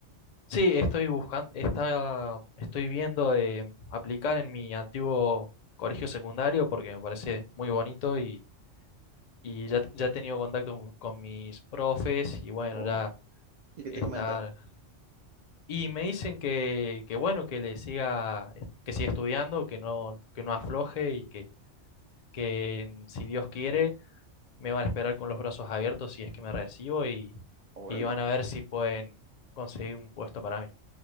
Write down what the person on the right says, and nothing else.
Oh.
¿Y qué
te comentan?
Órale.